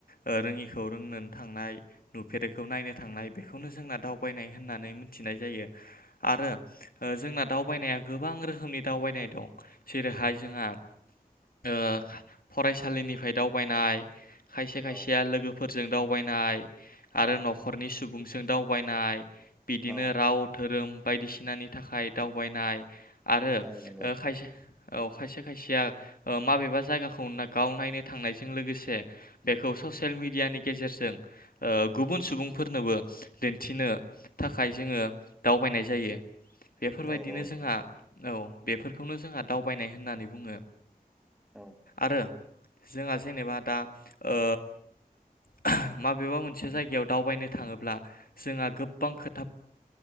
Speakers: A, on the left; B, in the centre.
A: ओ रोङिखौ रोंनोन थांनाय दुब फेरैखौ नायनो थांनाय बेखौनो जोंना दावबायनाय होननानै मिथिनाय जायो आरो ओ जोंना दावबायनाया गोबां रोखोमनि दावबायनाय दं जेरैहाय जोंहा ओ फरायसालिनिफाय दावबायनाय खायसे खायसेया
B: औ
A: लोगोफोरजों दावबाय नाय आरो
B: औ
A: न'खरनि सुबुंसों दाउ वायनाय बिदिनो
B: औ
A: राव धोरोम बायदिसिनानि थाखाय दावबायनाय आरो
B: औ नंगौ
A: ओ खायसे औ खायसे खायसेया ओ माबेबा जायगाखौ गाव नायनो थांनायजों लोगोसे बेखौ ससियेल मिडियानि गेजेरजों ओ गुबुन सुबुंफोरनोबो दिन्थिनो थाखाय जोङो दावबायनाय जायो। बेफोरबायदिनो
B: औ औ नंगौ
A: जोंहा औ। बेफोरखौनो जोंहा दावबायनाय होननानै बुङो।
B: औ
A: आरो जोंहा जेनेबा दा ओ <unintelligible> माबेबा मोनसे जायग याव दावबायनो थाङोब्ला जोंहा गोबां खोथाब